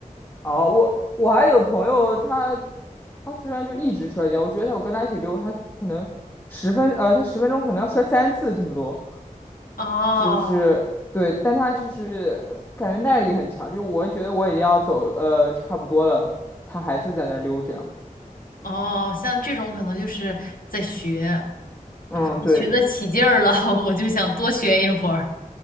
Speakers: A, on the left; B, on the left.
A: 啊，我我还有朋友他，他虽然就一直摔跤，我觉得他我跟他一起溜，他可能十分呃，他十分钟可能要摔三次这么多，
B: 哦
A: 就是对，但他就是感觉耐力很强，就是我觉得我已经要走呃差不多了，他还是在那儿溜这样。
B: 哦，像这种可能就是在学。
A: 嗯，对，
B: 学得起劲儿了，<laughs> 我就想多学一会儿。